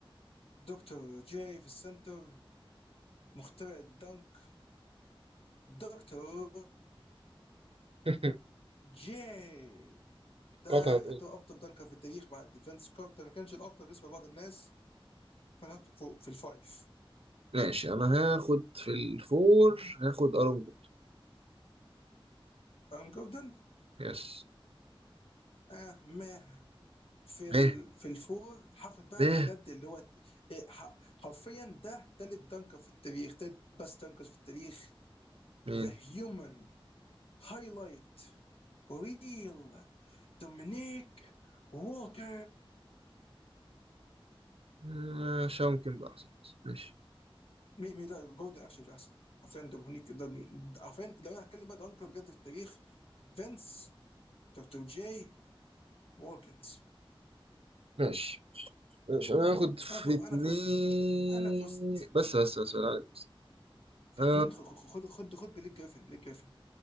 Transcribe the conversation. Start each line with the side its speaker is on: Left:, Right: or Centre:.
Left: دكتور جاي في السنتر مخترع الدنك دكتور
Right: <laughs>
Left: جاي ده
Right: قطعة هتقول
Left: يعتبر افضل دنكر في التاريخ بعد فينس كارتر ما كانش الافضل بالنسبه لبعض الناس فانا هاخده فوق في الفايف
Right: ماشي انا هاخد في الفور هاخد ارون جود
Left: ارون جوردن
Right: يس
Left: اه ما في ال...
Right: ايه
Left: في الفور هاخد بقى
Right: ايه
Left: بجد اللي هو إيه، ح- حرفيا ده تالت دنكر في التاريخ تالت بس دنكر في التاريخ
Right: مين
Left: ذا هيومن هايلايت ريل دومينيك ووكر
Right: آه، شاون كيمب احسن بس. ماشي
Left: مين مين ده جوردن اكشن مش احسن حرفيا دومينيك ده ده- حرفيا لو انا هتكلم بقى دنكر بجد في التاريخ فينس دكتور جاي ووكنز
Right: ماشي ماشي انا هاخد في
Left: انا ف... انا
Right: اتنين
Left: فزت انا فزت
Right: بس بس بس بالله عليك
Left: في
Right: بس
Left: اتنين خ- خ- خد خد خد بليك جريفن بليك جريفن